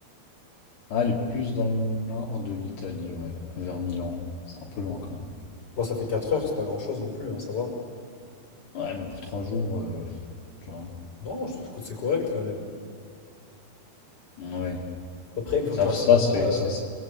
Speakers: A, on the left; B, on the left.
A: Ah, elle est plus dans le nord de l'Italie, ouais, vers Milan. C'est un peu loin quand même.
B: Bon, ça fait quatre heures, c'est pas grand-chose non plus, hein, ça va.
A: Ouais, mais pour trois jours, euh, tu vois.
B: Non, je trouve que c'est correct quand même.
A: Ouais.
B: Après, une fois
A: Ça,
B: que tu es
A: ça,
B: resté là-bas,
A: c'est.
B: euh,
A: Ça, c'est-